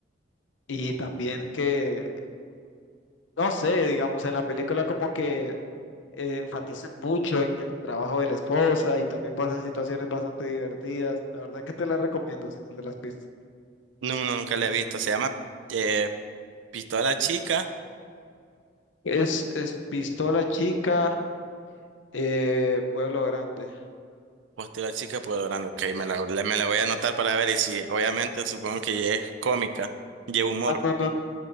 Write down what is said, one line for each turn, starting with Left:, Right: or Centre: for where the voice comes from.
Left: y también que, no sé, digamos, en la película como que eh, enfatizan mucho en el trabajo de la esposa y también pasan situaciones bastante divertidas. La verdad que te la recomiendo si no te las viste.
Right: No, nunca la he visto, se llama eh, Pistola Chica.
Left: Es, es Pistola Chica, eh, Pueblo Grande.
Right: Hostia, la chica logrando ok, me la, la- me la voy a anotar para ver y si, obviamente, supongo que ya es cómica, lleva humor.
Left: Ah, no, no,